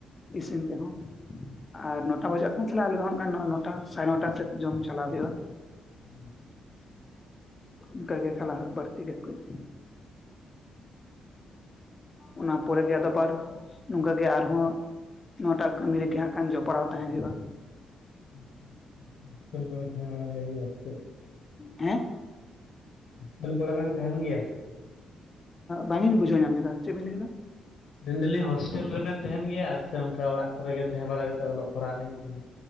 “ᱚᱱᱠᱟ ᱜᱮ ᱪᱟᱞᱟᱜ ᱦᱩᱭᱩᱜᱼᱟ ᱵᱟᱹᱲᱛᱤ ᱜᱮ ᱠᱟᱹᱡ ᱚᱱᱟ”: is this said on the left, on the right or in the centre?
Left